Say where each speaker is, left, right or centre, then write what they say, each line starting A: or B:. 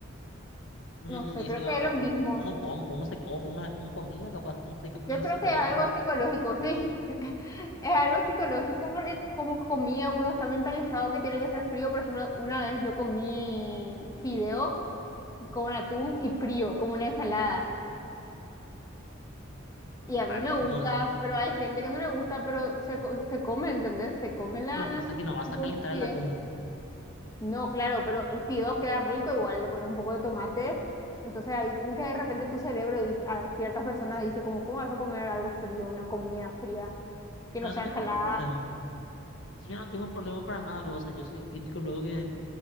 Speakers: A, on the left; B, on the left.
A: Mm,
B: no sé,
A: y
B: creo
A: sí,
B: que
A: o sea,
B: es lo
A: uno,
B: mismo.
A: uno, come, uno se come, uno es como comida, capaz, <laughs> no sé, capaz
B: Yo
A: algo
B: creo
A: psicológico,
B: que es algo psicológico, sí. <laughs> Es algo psicológico porque como comía uno está mentalizado que tiene que ser frío. Por ejemplo, una vez yo comí fideo con atún y frío, como una ensalada. Y
A: es
B: a
A: rarísimo
B: mí me gusta,
A: eso.
B: pero hay gente que no le gusta, pero se, co- se come, ¿entendés? Se come la,
A: Bueno,
B: la
A: pasa que no vas
B: tipo
A: a calentar
B: fideo.
A: el atún,
B: No, claro, pero el fideo queda rico, igual le pones un poco de tomate. Entonces ahí como que de repente tu cerebro dice, a ciertas personas dice como, ¿cómo vas a comer algo frío, una comida fría, que
A: no,
B: no
A: eso
B: sea
A: yo
B: ensalada?
A: no tengo problema, Eso yo no tengo problema para nada, luego, o sea, yo soy el típico luego que